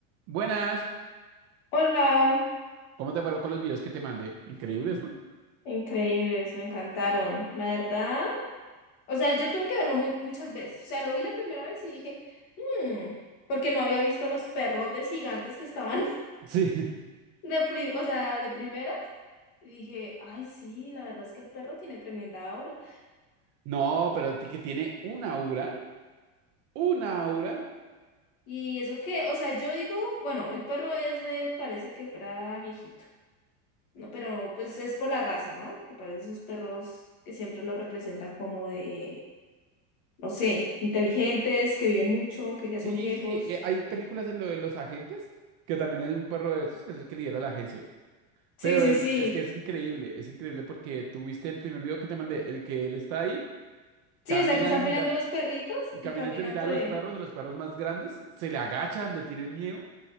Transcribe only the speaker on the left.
Hola,
increíbles, me encantaron. La verdad, o sea, yo tuve que verlo muy, muchas veces. O sea, lo vi la primera vez y dije, "Mm", porque no había visto los perrotes gigantes que estaban <laughs>
de, pri- o sea, de primeras. Y dije, ay, sí, la verdad es que el perro tiene tremenda aura.
Y eso que, o sea, yo digo, bueno, el perro es de, parece que fuera viejito, ¿no? Pero pues es por la raza, ¿no? Que parece esos perros que siempre lo representan como de no sé, inteligentes, que viven mucho, que ya
son viejos.
Sí,
sí,
sí.
Sí,
o sea, que están
peleando
los perritos
y
caminan
entre...